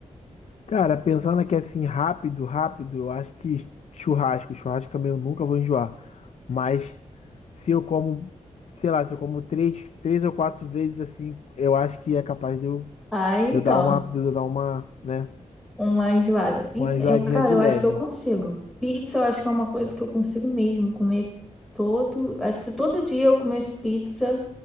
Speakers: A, on the left; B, in the centre.
A: Cara, pensando aqui assim, rápido, rápido, eu acho que churrasco. Churrasco também eu nunca vou enjoar. Mas se eu como, sei lá, se eu como três, três ou quatro vezes assim, eu acho que é capaz de eu,
B: Ah, então,
A: de eu dar uma, de eu dar uma, né,
B: uma enjoada. Ent-
A: uma enjoadinha
B: Eu, cara,
A: de
B: eu
A: leve.
B: acho que eu consigo. Pizza, eu acho que é uma coisa que eu consigo mesmo comer todo. Acho que se todo dia eu comesse pizza,